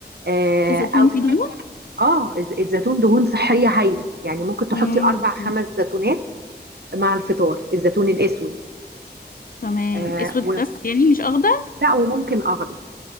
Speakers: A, on the right; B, on the left.
A: آه،
B: الزيتون
A: او
B: فيه دهون
A: اه الز- الزيتون دهون صحية هايلة يعني ممكن تحطي
B: مم.
A: أربع خمس زيتونات مع الفطار الزيتون الأسود
B: تمام
A: آه
B: اسود
A: و...
B: بس يعني مش اخضر
A: لا وممكن أخضر